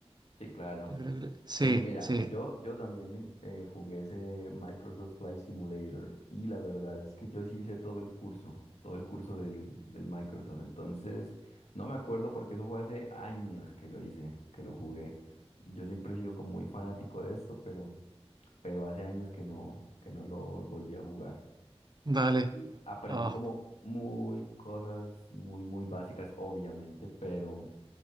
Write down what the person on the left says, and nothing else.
sí, claro.
Pues mira,
yo, yo también eh, jugué ese Microsoft Flight Simulator y la verdad es que yo sí hice todo el curso, todo el curso del, del Microsoft. Entonces, no me acuerdo porque eso fue hace años que lo hice, que lo jugué. Yo siempre he sido como muy fanático de esto, pero, pero hace años que no, que no lo volví a jugar.
Y aprendí
como muy cosas muy, muy básicas, obviamente, pero